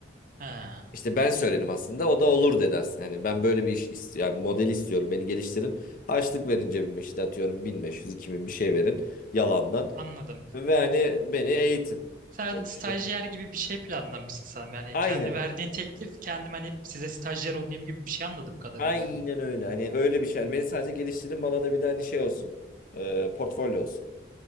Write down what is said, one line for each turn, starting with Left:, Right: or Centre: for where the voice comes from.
Right: Ha,
Left: İşte ben söyledim aslında. O da olur dedi aslında. Yani ben böyle bir iş ist yani model istiyorum. Beni geliştirin. Harçlık verin cebime işte atıyorum bin beş, yüz iki bin bir şey verin yalandan.
Right: anladım.
Left: Ve hani beni eğitin
Right: Sen
Left: olmuştu.
Right: stajyer gibi bir şey planlamışsın sanırım. Yani
Left: Aynen.
Right: kendi verdiğin teklif kendim hani size stajyer olayım gibi bir şey anladım kadarıyla.
Left: Aynen öyle. Hani öyle bir şey. Hani Beni sadece geliştirin bana da bir de hani şey olsun. Ee, portfolyo olsun.